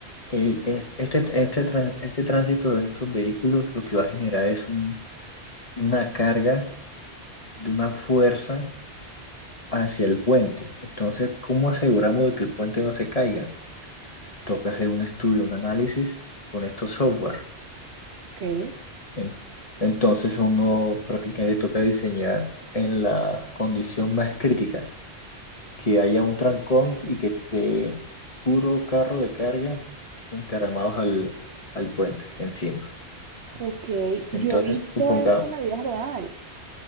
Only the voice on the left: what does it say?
eh, es- este, este, tran- este tránsito de estos vehículos lo que va a generar es un- una carga de una fuerza hacia el puente. Entonces, ¿cómo aseguramos de que el puente no se caiga? Toca hacer un estudio, un análisis con estos software.
En- Entonces, uno prácticamente toca diseñar en la condición más crítica, que haya un trancón y que esté puro carro de carga encaramados al, al puente encima.
Entonces,
supongamos